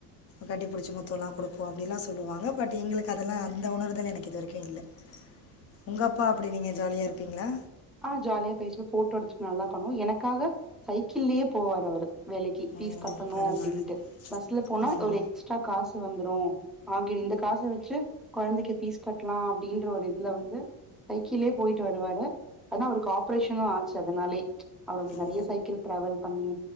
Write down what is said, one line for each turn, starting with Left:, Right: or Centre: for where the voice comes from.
Left: கட்டி பிடிச்சி முத்தல்லா குடுப்போ அப்படிலா சொல்லுவாங்க பட் எங்களுக்கு அதெல்லா அந்த உணர்தலு எனக்கு இது வரைக்கு இல்ல உங்க அப்பா அப்படி நீங்க ஜாலியா இருப்பீங்களா
Centre: அ ஜாலியா பேசுவோ ஃபோட்டோ எடுத்துட்டு அதல்லா பண்ணுவோ எனக்காக சைக்கிள்ளயே போவாரு அவுரு வேலைக்கு ஃபீஸ்
Left: ஓ
Centre: கட்டணு
Left: பரவாயில்ல
Centre: அப்படின்ட்டு பஸ்ல போனா
Left: ம்
Centre: ஒரு எக்ஸ்ட்ரா காசு வந்துரு ஆங்கினி இந்த காச வச்சு கொழந்தைக்கு ஃபீஸ் கட்டலா அப்படின்ற ஒரு இதுல வந்து சைக்கிள்லே போயிட்டு வருவாரு ஆனா அவருக்கு ஆபரேஷனு ஆச்சு அதனாலே அவுரு அப்பிடி
Left: ஓ
Centre: நறையா சைக்கிள் டிராவல் பண்ணி